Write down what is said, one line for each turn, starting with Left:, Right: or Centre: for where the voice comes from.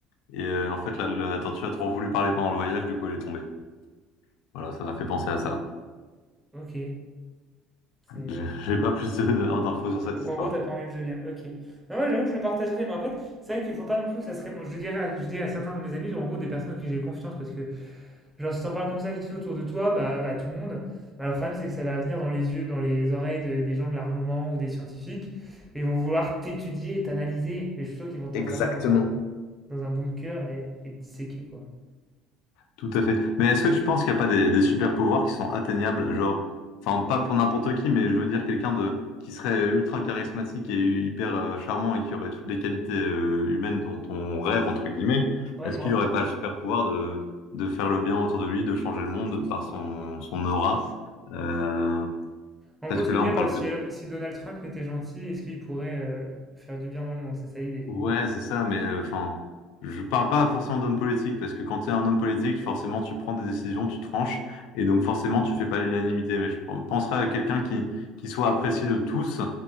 Left: et euh, en fait, la, la tortue a trop voulu parler pendant le voyage, du coup, elle est tombée. Voilà, ça m'a fait penser à ça.
Centre: ok, c'est...
Left: <laughs> J'ai
Centre: euh,
Left: j'ai pas plus de- d'infos sur cette
Centre: Donc
Left: histoire.
Centre: en gros, t'as pas envie que je vienne. Ok. Non, ouais, j'avoue que je le partagerai, mais en fait, c'est vrai qu'il faut pas non plus que ça se répande. Je dirais, à- je dis à certains de mes amis, en gros, des personnes en qui j'ai confiance, parce que genre si t'en parles comme ça vite fait autour de toi, bah à tout le monde, bah, le problème c'est que ça va venir dans les yeux, dans les oreilles de- des gens de l'armement ou des scientifiques, et ils vont vouloir t'étudier et t'analyser, et je suis sûr qu'ils vont t'enfermer
Left: Exactement.
Centre: dans un dans un bunker et, et te disséquer quoi.
Left: Tout à fait. Mais est-ce que tu penses qu'il n'y a pas des, des super pouvoirs qui sont atteignables, genre, enfin pas pour n'importe qui, mais je veux dire quelqu'un de qui serait ultra charismatique et hyper euh, charmant et qui aurait toutes les qualités euh, humaines dont on rêve entre guillemets.
Centre: Ouais,
Left: Est-ce
Centre: moi.
Left: qu'il n'aurait pas le super pouvoir de de faire le bien autour de lui, de changer le monde par son son aura? Euh,
Centre: En
Left: parce
Centre: gros, tu
Left: que
Centre: veux
Left: là,
Centre: dire,
Left: on parle
Centre: euh, si,
Left: que
Centre: euh, si Donald Trump était gentil, est-ce qu'il pourrait euh, faire du bien dans le monde? C'est ça l'idée.
Left: Ouais, c'est ça, mais euh, enfin, je parle pas forcément d'homme politique, parce que quand tu es un homme politique, forcément, tu prends des décisions, tu tranches, et donc forcément, tu fais pas l'unanimité. Mais je pen- penserais à quelqu'un qui, qui soit apprécié de tous